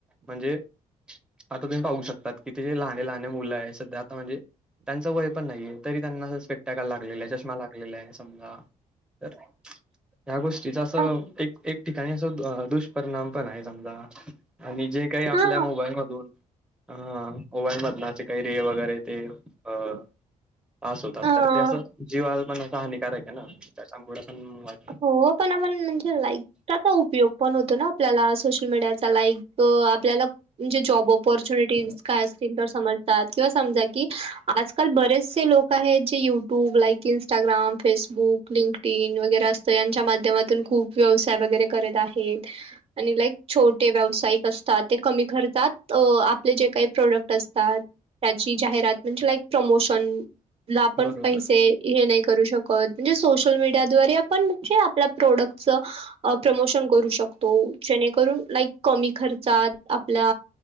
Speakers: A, in the centre; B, on the right.
A: म्हणजे आता तुम्ही पाहू शकतात कि ते जे लहने लहने मुलं आहे सध्या आता म्हणजे त्यांचं वय पण नाहीये तरी त्यांना स्पेट्याग लागलेलं आहे, चष्मा लागलेला आहे समजा तर ह्या गोष्टीच अस एक
B: अ,
A: एक ठिकाणी असं दु परिणाम पण हाय समजा आणि जे काही आपल्या
B: हा
A: मोबाईल मधून अ मोबाईल मधन असे <unintelligible> वगैरे ते अ पास होतात
B: अ
A: तर ते असं जीवालपण हानिकारक आहे ना त्याच्यामुड पण वाट
B: हो पण आपण म्हणजे लाईकचा, उपयोग पण होतो ना आपल्यालाच सोशल मीडियाचा लाईक अ आपल्याला म्हणजे जॉब ऑपॉर्च्युनिटीज काय असतील तर समज तात, किंवा समजा की आजकाल बरेचसे लोक आहेत जे YouTube like Instagram, Facebook, LinkedIn वगैरा तर यांच्या माध्यमातून खूप व्यवसाय वगैरे करत आहेत. आणि लाईक छोटे व्यावसायिक असतात ते कमी खर्चात अ आपले जे काही प्रोडक्ट असतात त्याची जाहिरात म्हणजे लाईक प्रमोशन, ला पण
A: बरोबर
B: पैसे हे नाही करू शक कत म्हणजे सोशल मीडियाद्वारे आपण म्हणजे आपल्या प्रोडक्टच प्रमोशन करू शकतो जेणेकरून लाईक कमी खर्चात आपला